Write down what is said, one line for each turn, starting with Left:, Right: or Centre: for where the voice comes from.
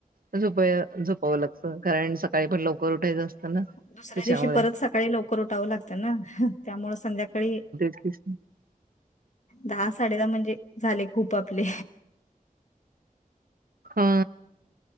Right: <unintelligible> झोपावं लागतं कारण सकाळी पण लवकर उठायचं असतं ना.
Left: दुसऱ्या
Right: त्याच्यामुळे
Left: दिवशी परत सकाळी लवकर उठावं लागतं ना त्यामुळे संध्याकाळी
Right: <inaudible>
Left: दहा साडे दहा म्हणजे झाले खूप आपले
Right: हा.